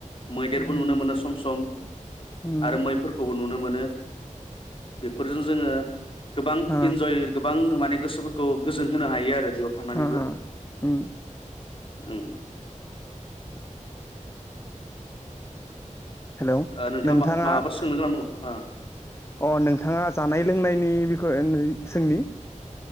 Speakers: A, on the left (about 45°); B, on the left (about 20°).
A: मैदेरबो
B: उम
A: नुनो मोनो सम सम
B: उम
A: आरो मैफोरखौबो नुनो मोनो। बेफोरजों जोङो। गोबां
B: हा
A: इन्जय गोबां माने - गोसोफोरखौ गोजोन होनो हायो आरो <unintelligible> थांनानैबो
B: हा हा उम
A: ओं।
B: <inaudible> हेलौ
A: ओ
B: नोंथाङा।
A: मा माबाफोर
B: अ
A: सोंनो गोनां दं
B: नोंथाङा जानाय लोंनायनि बिख'यनो सोंनि?